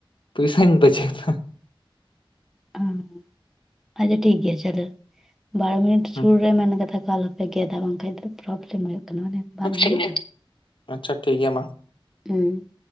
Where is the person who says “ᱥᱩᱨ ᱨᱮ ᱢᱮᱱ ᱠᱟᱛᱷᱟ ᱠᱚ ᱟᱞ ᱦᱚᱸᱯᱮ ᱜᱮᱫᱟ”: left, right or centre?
Centre